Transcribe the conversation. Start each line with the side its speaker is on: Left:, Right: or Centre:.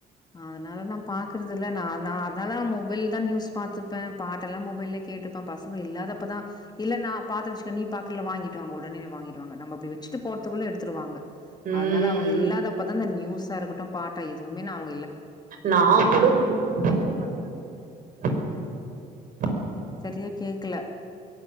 Left: அதனால நான் பாக்குறது இது இல்ல நான் நான் அதனாலான் மொபைல் தான் நியூஸ் பாத்துப்ப பாட்டெல்லாம் மொபைல்லயே கேட்டுப்ப பசங்க இல்லாதப்பதா இல்ல நான் பாத்தென் வச்சுக்க நீ பாக்கல வாங்கிட்டு வாங்க உடனே வாங்கிட்டுவாங்க நம்ம அப்டி வச்சுட்டு போறதுக்குள்ளே எடுத்துடுவாங்க
Right: ம்
Left: அதனால அவங்க இல்லாதப்போ நியூஸா இருக்கட்டும் பாட்டா எதுவுமே ந அவ
Right: நான் கூட <unintelligible> <unintelligible> பையன
Left: ரியா கேக்கல